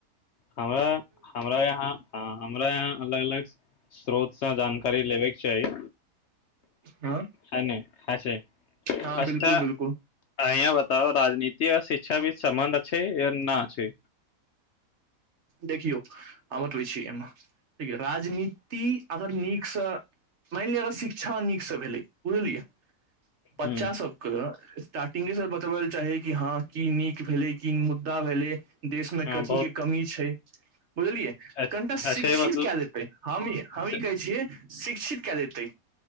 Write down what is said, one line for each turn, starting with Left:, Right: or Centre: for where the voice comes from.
Left: हमरा, हमरा, यहां, आ, हमरा यहां अलग अलग स्रोत, सँ जानकारी लेवेक छैय
Right: हँ
Left: हनैय अछै, हँसत
Right: हँ बिल्कुल
Left: ऐनैयह
Right: बिल्कुल
Left: बेताब राजनीति शिक्षा सामान आ छै य नहि आ छै
Right: देखियौ हमतबै छी एहिमेिय राजनीति अगर नीकसँ मानि लिअ अगर शिक्षा नीकसँ भेलै बुझलियै बच्चा
Left: हूँ
Right: सबके ऐ स्टार्टिंग से स्तब्ध चाहि की हां की नीक भेलै की मुद्दा भेलै देश में
Left: हँ
Right: कथी
Left: बहुत
Right: के कमी बलिय
Left: अच्छे
Right: कनि शिक्षै
Left: अच्छे। मतलब
Right: हमी
Left: शि-
Right: कहै छियै शिक्षितै